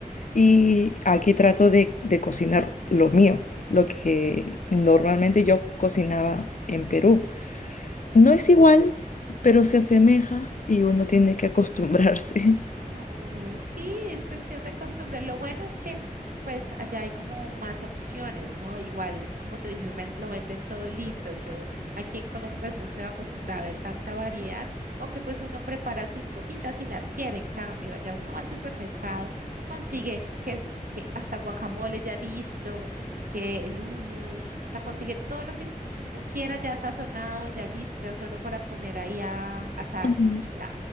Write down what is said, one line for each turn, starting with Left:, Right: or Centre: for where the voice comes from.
Left: Y aquí trato de, de cocinar lo mío, lo que normalmente yo cocinaba en Perú. No es igual, pero se asemeja y uno tiene que acostumbrarse. <laughs>
Right: Uy, sí, es cuestión de costumbre. Lo bueno es que pues allá hay como más opciones, ¿no? Igual, como tú dices, ven- lo venden todo listo. Yo aquí en Colombia pues no estoy acostumbrada a ver tanta variedad o que pues uno prepara sus cositas y las quiere. En cambio, allá uno va al supermercado, consigue que es que hasta guacamole ya listo, que el hummus, o sea, consigue todo lo que uno quiera ya sazonado, ya listo, ya solo para poner ahí a asar
Left: Ujú.
Right: y ya.